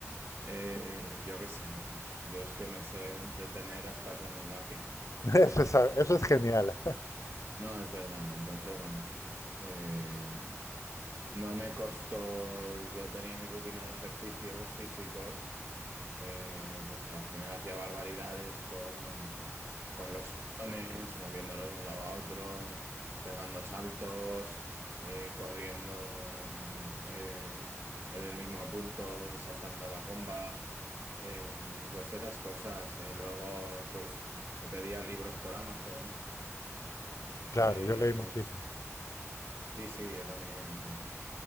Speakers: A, on the right; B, on the left.
A: eh, yo qué sé, yo es que me sé entretener hasta con un lápiz.
B: <laughs> Eso
A: entonces
B: es, a- eso es genial. <laughs>
A: No, es verdad. Entonces, bueno, pues eh, no me costó, yo tenía mi rutina de ejercicios físicos, eh, pues al final hacía barbaridades con, con los tendones, moviéndolos de un lado a otro, pegando saltos, eh, corriendo en, en- en el mismo punto, eh, saltando a la comba, eh, pues esas cosas. eh. Luego, pues me pedía libros por Amazon.
B: Claro,
A: eh,
B: yo leí muchísimo.
A: Sí, sí, yo también. Y,